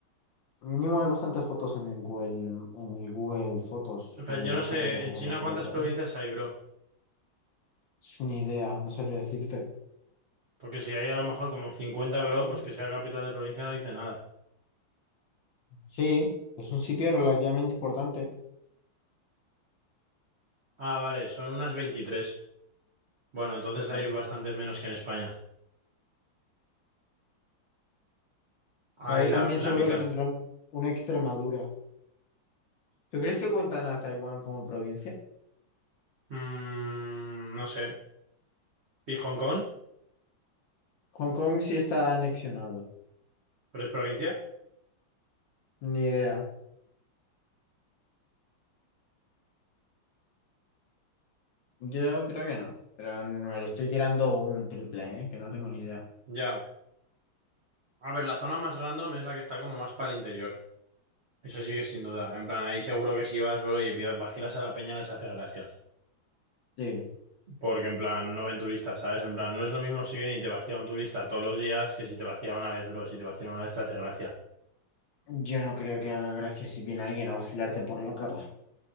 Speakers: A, on the left; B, on the right.
A: Mínimo hay bastantes fotos en el Google, en el Google Fotos,
B: En plan,
A: rollo
B: yo no
A: de gente
B: sé
A: que se
B: en China
A: saca fotos
B: cuántas
A: ahí.
B: provincias hay, bro.
A: Es una idea, no sabría decirte.
B: Porque si hay a lo mejor como 50, bro,
A: Mm.
B: pues que sea capital de provincia no dice nada.
A: Sí, es un sitio relativamente importante.
B: Ah, vale, son unas 23. Bueno, entonces
A: Pues
B: hay
A: ya está.
B: bastantes menos que en España. Hay
A: Ahí también
B: la, la
A: seguro
B: mitad.
A: que tendrán una Extremadura. ¿Tú crees que cuentan a Taiwán como provincia?
B: Mm, no sé. ¿Y Hong Kong?
A: Hong Kong sí está anexionado.
B: ¿Pero es provincia?
A: Ni idea. Yo creo que no, pero me lo estoy tirando un triple, ¿eh? Que no tengo ni idea.
B: Ya. A ver, la zona más random es la que está como más para el interior. Eso sí que sin duda. En plan, ahí seguro que si vas, bro, y vacilas a la peña les hace gracia.
A: Sí,
B: Porque en plan, no ven turistas, ¿sabes? En plan, no es lo mismo si viene y te vacila un turista todos los días que si te vacila una vez, bro. Si te vacila una vez te hace gracia.
A: Yo no creo que haga gracia si viene alguien a vacilarte por la cara.